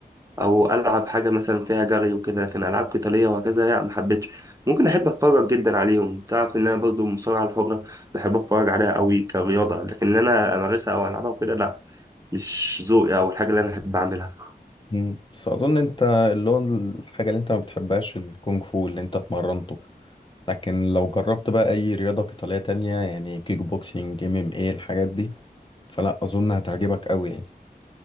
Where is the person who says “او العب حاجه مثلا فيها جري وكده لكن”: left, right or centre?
Right